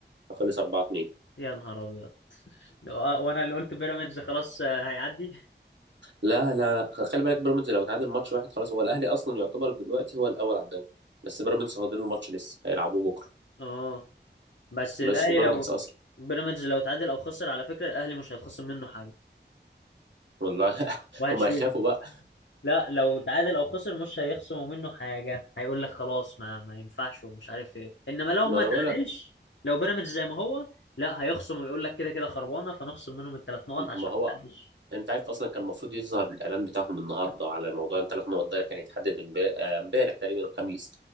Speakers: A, on the right; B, on the left.
A: فخلص 4
B: يا نهار ابيض آه، وانا اللي قلت بيراميدز خلاص آه، هيعدي
A: لا لا لا. خلي بالك بيراميدز لو تعادل ماتش واحد خلاص هو الاهلي اصلا يعتبر دلوقتي هو الاول على الدوري بس بيراميدز فاضل له ماتش لسه هيلعبوه بكره
B: اه بس
A: بس
B: الاهلي
A: وبيراميدز
B: لو
A: اصلا
B: بيراميدز لو تعادل او خسر على فكره الاهلي مش هيتخصم منه حاجه
A: والله <laughs>
B: وهتشوف
A: هم هيخافوا بقى
B: لا لو تعادل او خسر مش هيخصموا منه حاجه هيقول لك خلاص ما ما ينفعش ومش عارف ايه انما لو
A: ما
B: ما
A: انا
B: تعادلش
A: بقول لك
B: لو بيراميدز زي ما هو لا هيخصم ويقول لك كده كده خربانه فنخصم منهم الثلاث نقط
A: ما
B: عشان
A: هو
B: ما حدش
A: انت عارف اصلا كان المفروض يظهر الاعلان بتاعهم النهارده على موضوع الثلاث نقط ده كان يتحدد امب- آه، امبارح تقريبا الخميس